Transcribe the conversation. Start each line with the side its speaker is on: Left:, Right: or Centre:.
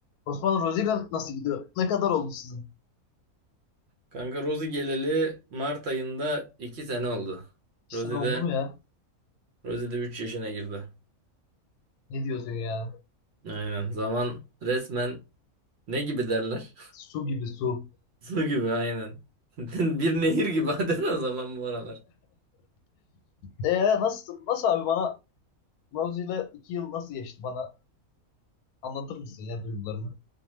Left: Osman Rozier nasıl gidiyor? Ne kadar oldu sizin?
Right: Kanka Rosie geleli Mart ayında 2 sene oldu.
Left: İki
Right: Rosie
Left: sene oldu
Right: de
Left: mu ya?
Right: Rosie de 3 yaşına girdi.
Left: Ne diyorsun ya?
Right: Aynen. Zaman resmen ne gibi derler? <laughs>
Left: Su gibi su.
Right: Su gibi aynen. <laughs> Bir nehir gibi <laughs> adeta zaman bu aralar.
Left: Ee nasıl nasıl abi bana Rozier'le iki yıl nasıl geçti bana anlatır mısın ya duygularını?